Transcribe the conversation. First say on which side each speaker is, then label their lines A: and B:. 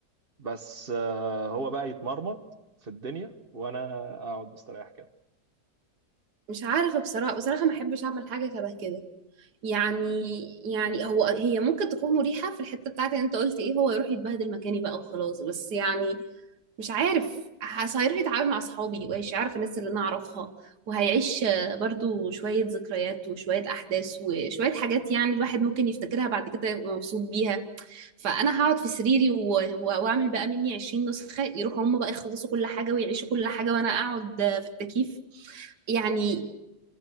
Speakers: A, on the right; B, on the right.
A: بس آه، هو بقى يتمرمط في الدنيا وانا اقعد مستريح كده
B: مش عارفه بصراحه بصراحه ما احبش اعمل حاجه شبه كده يعني يعني هو هي ممكن تكون مريحة في الحتة بتاعت ان انت قلت ايه هو يروح يتبهدل مكاني بقى وخلاص بس يعني مش عارف حاسة هيروح يتعامل مع اصحابي وهيعرف الناس اللي انا اعرفها وهيعيش آه، برضو شوية ذكريات وشوية احداث وشوية حاجات يعني الواحد ممكن يفتكرها بعد كده يبقى مبسوط بيها فانا هقعد في سريري و- و- واعمل بقى مني 20 نسخة يروحوا هم بقى يخلصوا كل حاجة ويعيشوا كل حاجة وانا اقعد آه، في التكييف يعني